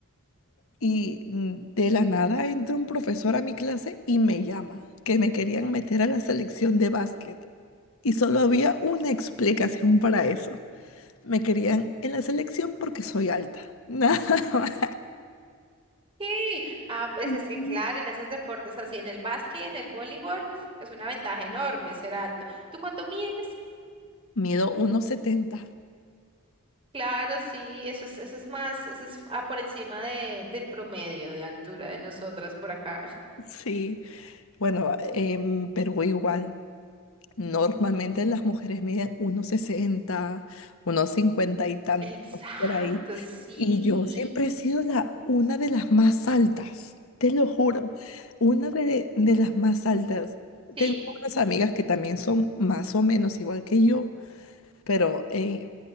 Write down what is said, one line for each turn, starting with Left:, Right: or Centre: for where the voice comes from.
Left: Y mm, de la nada entra un profesor a mi clase y me llama, que me querían meter a la selección de básquet. Y solo había una explicación para eso. Me querían en la selección porque soy alta. <laughs> Nada más.
Right: Ok. Ah, pues
Left: Ujú.
Right: es que claro, en esos deportes así, en el básquet, en el voleibol, es una ventaja enorme ser alto. ¿Tú cuánto mides?
Left: Mido 1,70.
Right: Claro, sí, eso es, eso es más, eso es ah, por encima de, del promedio de altura de nosotras por acá.
Left: Sí, bueno, en Perú igual. Normalmente las mujeres miden unos 60, unos 50 y tantos
Right: Exacto,
Left: por ahí.
Right: sí,
Left: Y yo siempre he sido la, una de las más altas, te lo juro, una de, de las más altas.
Right: sí,
Left: Tengo unas amigas que también son más o menos igual que yo, pero eh,